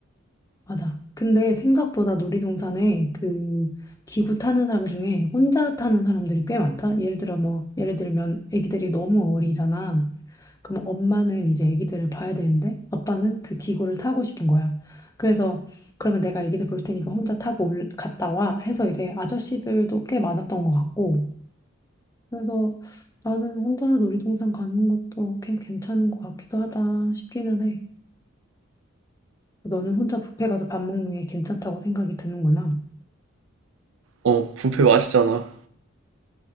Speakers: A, on the left; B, on the right.
A: 맞아. 근데 생각보다 놀이동산에 그 기구 타는 사람 중에 혼자 타는 사람들이 꽤 많다. 예를 들어 뭐 예를 들면 아기들이 너무 어리잖아. 그럼 엄마는 이제 아기들을 봐야 되는데 아빠는 그 기구를 타고 싶은 거야. 그래서 그러면 내가 아기들 볼 테니까 혼자 타고 올, 갔다 와 해서 이제 아저씨들도 꽤 많았던 것 같고. 그래서 나는 혼자 놀이동산 가는 것도 꽤 괜찮은 것 같기도 하다 싶기는 해. 너는 혼자 뷔페 가서 밥 먹는 게 괜찮다고 생각이 드는구나.
B: 어, 뷔페 맛있잖아.